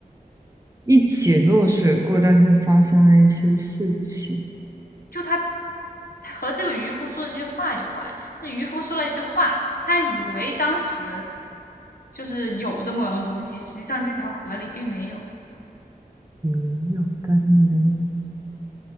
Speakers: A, on the right; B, on the left.
A: 一起落水过，但是发生了一些事情，
B: 就他，他和这个渔夫说的这句话有关。这渔夫说了一句话，他以为当时就是有的某样东西，实际上这条河里并没有。
A: 以为有，但是没有，